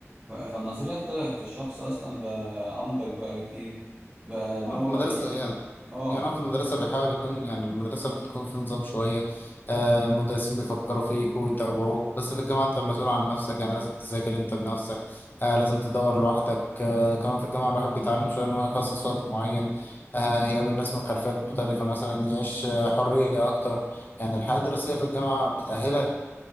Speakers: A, on the right; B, on the left.
A: ف- فالنظرية اختلفت الشخص اصلا بقى انضج بقى بكتير بقى اللي
B: آه،
A: هو
B: في المدرسة
A: ايه
B: يعني
A: اه
B: يعني هو في المدرسة بيحاول يكون يعني المدرسة بتكون في نظام شوية آه المدرسين بيفكروا فيك ويتابعوك بس في الجامعة أنت مسؤول عن نفسك يعني لازم تذاكر أنت بنفسك آه لازم تدور لوحدك آه كمان في الجامعة الواحد بيتعلم شوية إن هو يخصص وقت معين آه يقابل ناس من خلفيات مختلفة مثلا يعيش آه، حرية أكتر يعني الحياة الدراسية في الجامعة بتأهلك